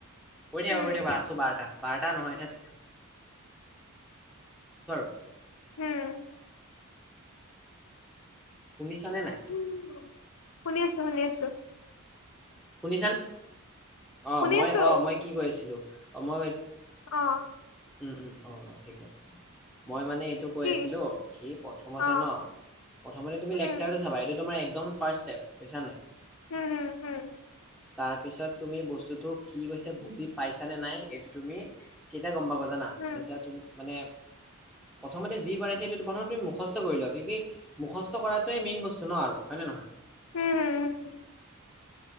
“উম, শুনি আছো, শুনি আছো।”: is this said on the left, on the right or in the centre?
Left